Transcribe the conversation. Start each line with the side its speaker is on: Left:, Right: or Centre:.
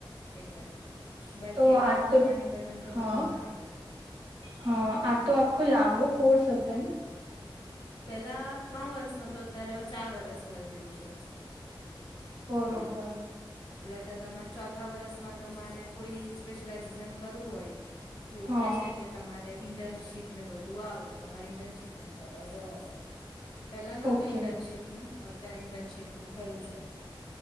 Left: એટલે બાકી
Right: તો
Left: એકાઉન્ટમાં
Right: આ તો
Left: ને એ બધા મા તો
Right: હા
Left: વાંધો ના આવે
Right: હા આ તો આખો લાંબો કોર્સ હશે ને
Left: પેલા ત્રણ વર્ષનો હતો અત્યારે હવે ચાર વરસ કરી દીધું છે
Right: બરોબર
Left: પેલાતો તમાર ચોથા વર્ષમાં જ તમારે કોઈ સ્પેશ્યલાઇઝેશન કરવું હોય તો એવું
Right: હા
Left: કહે છે કે તમારે ઇન્ટર્નશીપ ને એ બધું આવે તો તમારે ઇન્ટર્નશીપ ને કરવા જવાનું પેલા નતું
Right: ઓકે
Left: ઇન્ટર્નશીપનું અત્યારે ઇન્ટર્નશીપનું થયું છે